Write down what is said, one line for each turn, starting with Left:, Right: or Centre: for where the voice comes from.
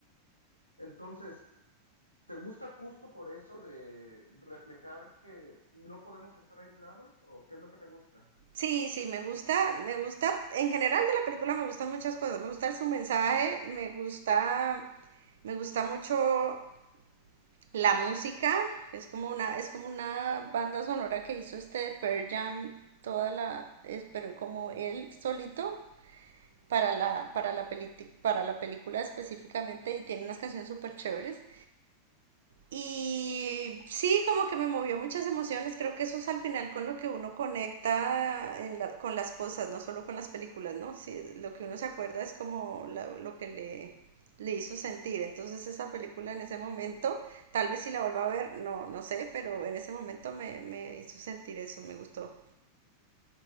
Left: Entonces, ¿te gusta justo por eso de reflejar que no podemos estar aislados o qué es lo que te gusta?
Right: sí, sí, me gusta, me gusta, en general de la película me gustan muchas cosas. Me gusta su mensaje, me gusta, me gusta mucho la música. Es como una, es como una banda sonora que hizo este de Pearl Jam, toda la, es, pero como él solito. para la, para la, peli para la película específicamente y tiene unas canciones súper chéveres. Y sí, como que me movió muchas emociones, creo que eso es al final con lo que uno conecta en la, con las cosas, no solo con las películas, ¿no? Sí, lo que uno se acuerda es como la, lo que le, le hizo sentir. Entonces esa película en ese momento, tal vez si la vuelva a ver, no, no sé, pero en ese momento me, me hizo sentir eso, me gustó.